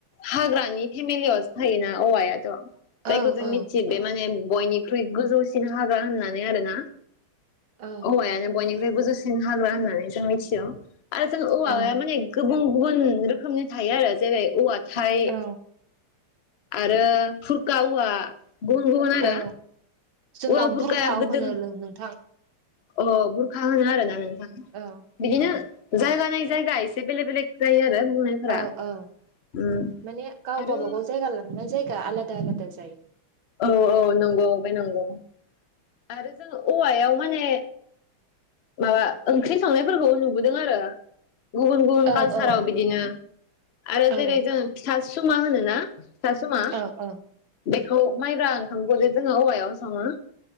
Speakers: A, on the left; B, on the right.
A: हाग्रानि फेमिलियावसो थायोना औवायाथ'
B: औ
A: जायखौ जों
B: औ
A: मिथि बे माने बयनिख्रुइ गोजौसिन हाग्रा होननानै आरोना
B: औ
A: औवायानो बयनिख्रुइ गोजौसिन हाग्रा होननानै जों मिथियो आरो जों औवाया
B: औ
A: माने गुबुन गुबुन रोखोमनि थायो आरो जेरै औवा थाइ
B: औ
A: आरो फुरखा औ वा गुबुन गुबुन आरो
B: औ जोंनाव
A: औवा बुरखाया
B: बुरखा
A: गोदो
B: होनो लों नोंथां
A: अ बुरखा होनो आरोना नोंथां
B: औ
A: बिदिनो
B: औ
A: जायगा नाय जायगा एसे बेले बेलग जायो आरो बुंनायफोरा
B: औ औ
A: उम
B: माने गाव
A: आरो
B: गाबागाव जायगा लानानै जाय गा आलादा आलादा जायो
A: औ औ नंगौ बे नंगौ आरो जों औवायाव माने माबा ओंख्रि संनायफोरखौ नुबोदों आरो गुबुन गुबुन
B: औ
A: कालसाराव
B: औ
A: बिदिनो आरो
B: औ
A: जेरै जों फिथा सुमा होनोना फिथा सुमा
B: औ औ
A: बेखौ माइब्रा ओंखामखौ जे जोङो औवायावनो सङो